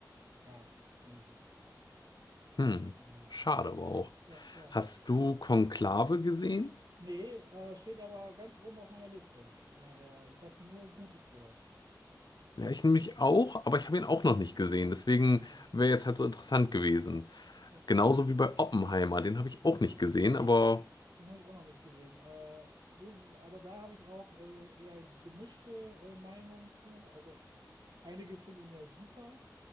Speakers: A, on the right; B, on the left.
A: ja, ging so.
B: Hm,
A: Naja,
B: schade aber auch.
A: ja, ja.
B: Hast du Konklave gesehen?
A: Nee, äh, steht aber ganz oben auf meiner Liste. Daher, ich habe nur Gutes gehört.
B: Ja, ich nämlich auch, aber ich habe ihn auch noch nicht gesehen. Deswegen
A: Äh,
B: wäre jetzt halt so interessant gewesen.
A: ja,
B: Genauso
A: ja.
B: wie bei Oppenheimer, den habe ich auch nicht gesehen,
A: Nee,
B: aber
A: Den habe ich auch noch nicht gesehen. Äh, das ist, aber da habe ich auch äh, eher gemischte äh, Meinungen zu. Also einige finden ihn ja super.